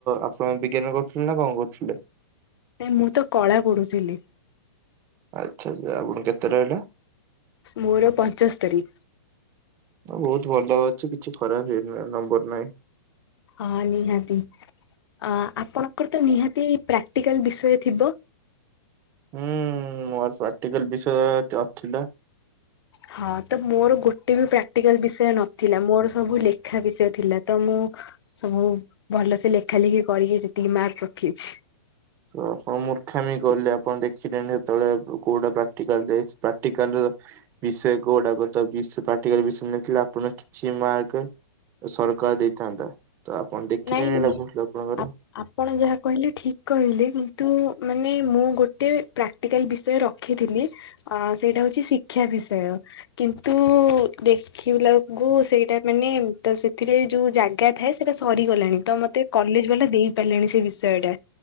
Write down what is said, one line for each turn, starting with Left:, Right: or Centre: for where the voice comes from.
Right: ଆପଣ ବିଜ୍ଞାନ କରୁଥିଲେ ନା କଣ କରୁଥିଲେ ନା କଣ କରୁଥିଲେ?
Left: ନାଇ ମୁଁ ତ କଳା ପଢୁଥିଲି।
Right: ଆଚ୍ଛା ଆଚ୍ଛା ଆପଣ କେତେ ରହିଲା?
Left: ମୋର ପଞ୍ଚସ୍ତରୀ।
Right: ବହୁତ ଭଲ ଅଛି କିଛି ଖରାପ ହେଇନି ନମ୍ବର ନାହିଁ।
Left: ହଁ ନିହାତି ଆ ଆପଣଙ୍କର ତ ନିହାତି ପ୍ରାକ୍ଟିକାଲ ବିଷୟ ଥିବ?
Right: ହୁଁ ମୋର ପ୍ରାକ୍ଟିକାଲ ବିଷୟ ଅ ଥିଲା।
Left: ହଁ ତ ମୋର ଗୋଟେ ବି ପ୍ରାକ୍ଟିକାଲ ବିଷୟ ନଥିଲା ମୋର ସବୁ ଲେଖା ବିଷୟ ଥିଲା। ତ ମୁଁ ସବୁ ଭଲସେ ଲେଖା ଲେଖି କରିକି ସେତିକି ମାର୍କ ରଖେଇଛି।
Right: ତ ଆପଣ ମୂର୍ଖାମି କଲେ ଆପଣ ଦେଖିଲେଣି ସେତେବେଳେ କୋଉ କୋଉଟା ପ୍ରାକ୍ଟିକାଲ ଦେଇଛି ପ୍ରାକ୍ଟିକାଲରୁ ବିଷୟ କୋଉଡାକ ଚବିଶି ପ୍ରାକ୍ଟିକାଲ ବିଷୟ ନେଇଥିଲା ଆପଣ କିଛି ମାର୍କ ଓ ସରକାର ଦେଇଥାନ୍ତା ତ ଆପଣ ଦେଖିଲେ
Left: ନାଇଁ
Right: ଭାବିବ ଲୋକଙ୍କର
Left: ଆ ଆପଣ ଯାହା କହିଲେ ଠିକ୍ କହିଲେ କିନ୍ତୁ ମାନେ ମୁଁ ଗୋଟେ ପ୍ରାକ୍ ପ୍ରାକ୍ଟିକାଲ ବିଷୟ ରଖିଥିଲି ଆ ସେଇଟା ହଉଛି ଶିକ୍ଷା ବିଷୟ। କିନ୍ତୁ ଦେଖିଲା ବେଳକୁ ସେଇଟା ମାନେ ତ ସେଥିରେ ଯୋଉ ଜାଗା ଥାଏ ସେଇଟା ସରିଗଲାଣି ତ ମତେ କଲେଜବାଲା ଦେଇ ପାରିଲେଣି ସେ ବିଷୟଟା।